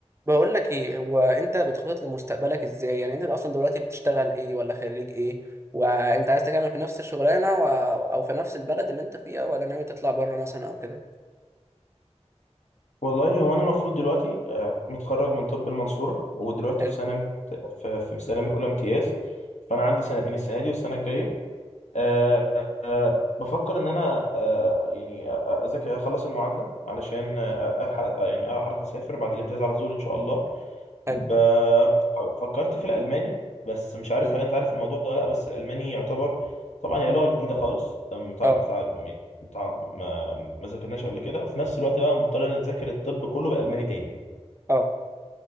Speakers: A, on the right; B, on the left.
A: بقول لك ايه هو انت بتخطط لمستقبلك ازاي يعني انت اصلا دلوقتي بتشتغل ايه ولا خريج ايه وانت عايز تكمل في نفس الشغلانه و... او في نفس البلد اللي انت فيها ولا ناوي تطلع بره مثلا او كده
B: والله هو انا المفروض دلوقتي آه، متخرج من طب المنصوره ودلوقتي
A: حلو
B: في سنه في في سنه اولى امتياز فانا عندي سنتين السنه دي والسنه الجايه آه، آه، بفكر ان انا آه، يعني اذاكر اخلص المعادله علشان آه، الحق آه، يعني اعرف اسافر بعد الامتياز على طول ان شاء الله
A: حلو
B: ب... فكرت في الألماني بس مش عارف
A: مم.
B: هل أنت عارف الموضوع ده ولا لأ بس الألماني يعتبر طبعا هي لغة جديدة خالص أنت متع...
A: اه
B: متع... يعني متع... ما... ما ذاكرناش قبل كده وفي نفس الوقت بقى مضطر نتذاكر الطب كله بألماني تاني
A: اه